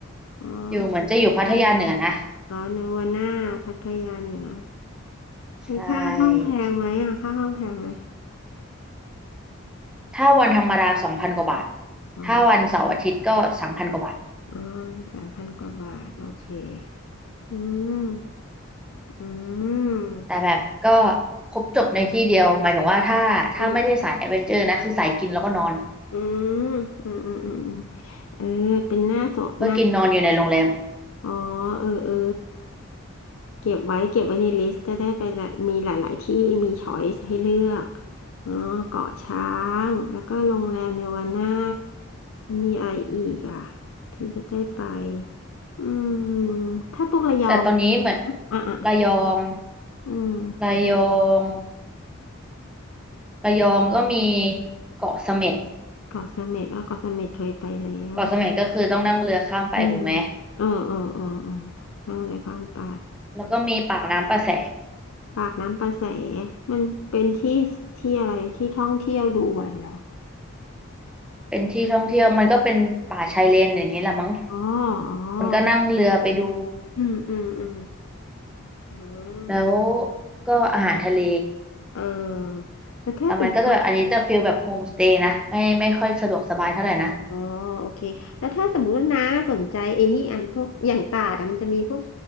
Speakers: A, in the centre; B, on the left.
A: ๆอยู่เหมือนจะอยู่พัทยาเหนือนะ
B: อ๋ออ๋อนึกว่าหน้าพัทยาเหนือ
A: ใช่
B: เฮ้ยค่าห้องแพงไหมอ่ะค่าห้องแพงไหม
A: ถ้าวันธรรมดาสองพันกว่าบาท
B: อ๋อ
A: ถ้าวันเสาร์อาทิตย์ก็สามพันกว่าบาท
B: อ๋อสามพันกว่าบาทโอเคอืมอืม
A: แต่แบบก็ครบจบในที่เดียวหมายถึงว่าถ้าถ้าไม่ได้สายแอดเวนเจอร์นะคือสายกินแล้วก็นอน
B: อืมอืมอืมอืมอืมเออเป็นหน้าโสดหน้า
A: ก็กินนอนอยู่ในโรงแรม
B: อ๋อเออเออเก็บไว้ เก็บไว้ในลิสต์จะได้ไปละมีหลาย ๆ ที่มีช้อยส์ให้เลือกเนาะเกาะช้าง แล้วก็โรงแรมเนวาน่ามีอะไรอีกอ่ะที่จะได้ไป อืม ถ้าพวกระยอง
A: แต่ตอนนี้เหมือน
B: อ่ะอ่ะ
A: ระยอง
B: อืม
A: ระยองระยองก็มีเกาะเสม็ด
B: เกาะเสม็ดอ่ะเกาะเสม็ดเคยไปแล้ว
A: เกาะเสม็ดก็คือต้องนั่งเรือข้ามไปถูกไหม
B: อืม เออเออเออเออนั่งเลยข้ามไป
A: แล้วก็มีปากน้ำประแส
B: ปากน้ำประแสมันเป็นที่ที่อะไรที่ท่องเที่ยวดูอะไรเหรอ
A: เป็นที่ท่องเที่ยวมันก็เป็นป่าชายเลนอย่างนี้แหละมั้ง
B: อ๋ออ๋อ
A: คนก็นั่งเรือไปดู
B: อืมอืมอืมอืม
A: แล้วก็อาหารทะเล
B: เออแล้วถ้าสมมติว่า
A: แต่มันก็จะแบบอันนี้จะฟีลแบบโฮมสเตย์นะไม่ไม่ค่อยสะดวกสบายเท่าไหร่นะ
B: อ๋อโอเคแล้วถ้าสมมติว่านะสนใจไอ้นี่อันพวกอย่างตาดอะมันจะมีพวก